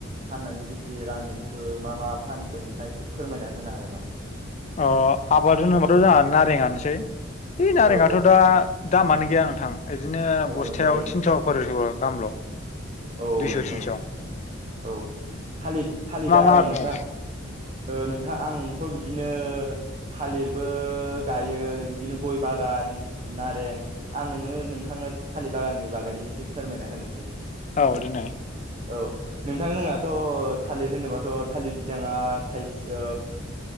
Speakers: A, on the right; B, on the left.
A: फाननानै बेसे रां मोनखो मा मा फानखो नोंथाङा एसे फोरमायना होनो हागोन नामा?
B: अ आबाद होनोबाथ' जोंहा नारेंआनोसै। बे नारेङाथ'
A: औ
B: दा दामानो गैया नोंथां बिदिनो
A: औ
B: बस्थायाव
A: औ
B: थिनस' फारस' गाहामल'।
A: औ
B: दुइस'
A: नोंथां
B: थिन्स'।
A: औ औ थालिद थालिरदा
B: मा दङ
A: नोंथां? ओ नोंथां आंथ' बिदिनो थालिरबो गायो बिदिनो गय बागान, नारें आं नोंनो नोंथांनो थालिर बागाननि बागैनो एसे फोरमायना होनोसै।
B: औ देनाय।
A: औ नोंथां जोनाथ' थालिर होनोबाथ' थालिर बिदाङा थाइसे ओ